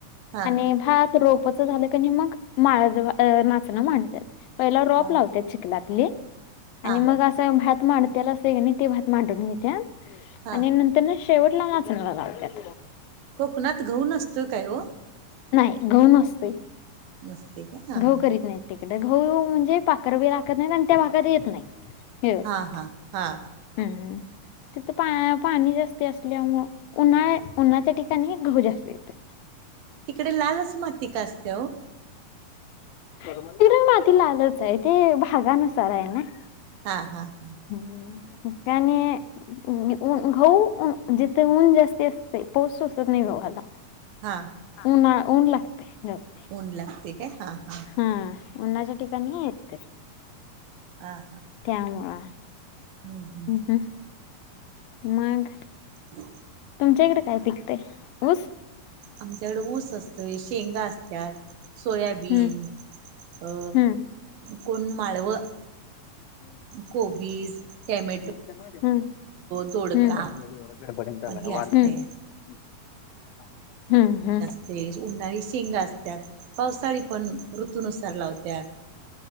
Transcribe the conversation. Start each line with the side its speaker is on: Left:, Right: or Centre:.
Right: हा.
Left: ने भात रोपाचा झालं क नी मग माळ जा भा नाचण मांडत्यात. पहिला रॉप
Right: हा
Left: लावत्या चिखलातली आणि
Right: हा
Left: मग अस च भात मांडतेला की नी ते भात मांडून घेत्या
Right: हा
Left: आणि नं त्यांना शेवटला नाचणाल्या लावत्यात.
Right: कोकणात गहूं नसतोय काय हो?
Left: नाय गहूं नसतोय.
Right: नसते का. हा
Left: गहूं
Right: हा
Left: करीत नाहीत तिकडं गहूं म्हणजे पाखरवी राखत नाहीत आणि त्या भागात येत नाही. व्यवस्थित
Right: हा हा हा
Left: हम्म. तिथं पा पाणी जास्त असल्यामु उन्हाळय उन्हाच्या ठिकाणी गहूं जास्त येते.
Right: तिकडे लालच माती का असते हो?
Left: तिकडे माती लालच आहे ते भागानुसार आहे ना.
Right: हा हा हा.
Left: <inaudible> त्याने ऊ ऊ गहूं ऊन जिथे ऊन जास्ती असते पाऊस सोचत नाही गव्हाला.
Right: हा.
Left: ऊना ऊन लागते जास्ती.
Right: ऊन लागते. काय हा हा.
Left: हा उन्हाच्या ठिकाणी येते.
Right: आ हा.
Left: त्यामुळा हा
Right: हम्म हम्म
Left: हा. मग
Right: ह
Left: तुमच्या इकडे काय पिकतंय ऊस?
Right: आमच्याकडे ऊस असतोय, शेंगा असत्यात. सोयाबीन
Left: हम्म
Right: अ
Left: हम्म
Right: कोण माळवं कोबीज, टॅमॅटो
Left: हं
Right: दोडका
Left: हं <unintelligible>
Right: हे असते
Left: हं. हं हं.
Right: ते उन्हाळी शेंगा असत्यात, पावसाळी पण ऋतूनुसार लावत्यात.